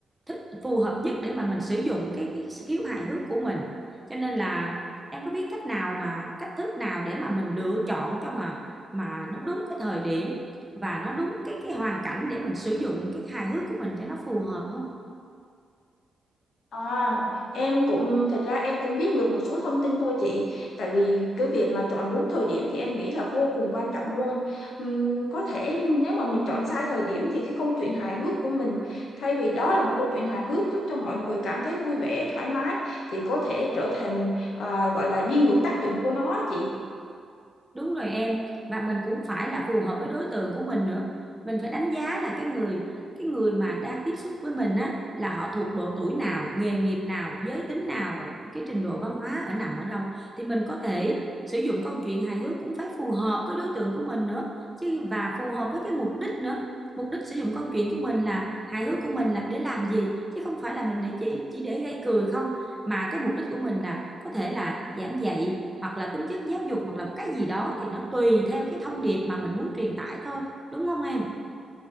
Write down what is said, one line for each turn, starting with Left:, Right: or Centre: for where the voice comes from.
Centre: thích phù hợp nhất để mà mình sử dụng cái cái khiếu hài hước của mình cho nên là em có biết cách nào mà cách thức nào để mà mình lựa chọn cho mà mà nó đúng cái thời điểm và nó đúng cái cái hoàn cảnh để mình sử dụng cái hài hước của mình cho nó phù hợp không
Left: À, em cũng thật ra em cũng biết được một số thông tin thôi chị tại vì cái việc mà chọn đúng thời điểm thì em nghĩ là vô cùng quan trọng luôn Ừm, có thể nếu mà mình chọn sai thời điểm thì cái câu chuyện hài hước của mình thay vì đó là một câu chuyện hài hước giúp cho mọi người cảm thấy vui vẻ thoải mái thì có thể trở thành à, gọi là đi ngược tác dụng của nó á chị
Centre: Đúng rồi em và mình cũng phải là phù hợp với đối tượng của mình nữa mình phải đánh giá là cái người cái người mà đang tiếp xúc với mình á là họ thuộc độ tuổi nào nghề nghiệp nào giới tính nào và cái trình độ văn hóa ở nằm ở đâu thì mình có thể sử dụng câu chuyện hài hước cũng phải phù hợp với đối tượng của mình nữa chứ và phù hợp với cái mục đích nữa mục đích sử dụng câu chuyện của mình là hài hước của mình là để làm gì chứ không phải là mình để chỉ chỉ để gây cười không mà cái mục đích của mình là có thể là giảng dạy hoặc là tính chất giáo dục hoặc là cái gì đó thì nó tùy theo cái thông điệp mà mình muốn truyền tải thôi đúng không em